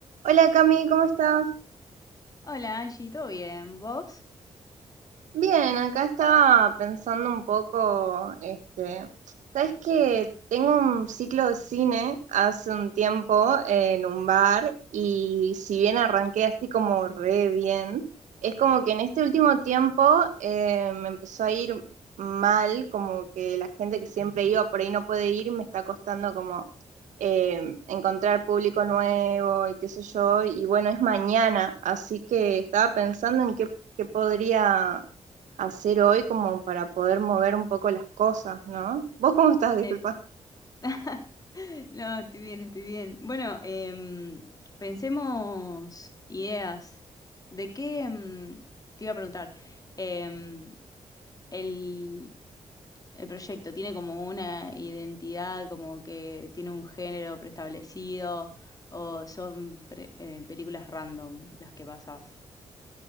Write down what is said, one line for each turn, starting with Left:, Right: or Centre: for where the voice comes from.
Right: Hola Cami, ¿cómo estás?
Left: Hola Angie, ¿todo bien? ¿Vos?
Right: Bien, acá estaba pensando un poco, este, sabes que tengo un ciclo de cine hace un tiempo en un bar y si bien arranqué así como re bien, es como que en este último tiempo eh, me empezó a ir mal, como que la gente que siempre iba por ahí no puede ir, me está costando como eh, encontrar público nuevo y qué sé yo, y bueno, es mañana, así que estaba pensando en qué, qué podría hacer hoy como para poder mover un poco las cosas, ¿no? ¿Vos cómo estás? Disculpa.
Left: Eh, <laughs> No, estoy bien, estoy bien. Bueno, em, pensemos ideas. ¿De qué em, te iba a preguntar? Em, el, el proyecto tiene como una identidad, como que tiene un género preestablecido, o son pre- eh, películas random las que pasas.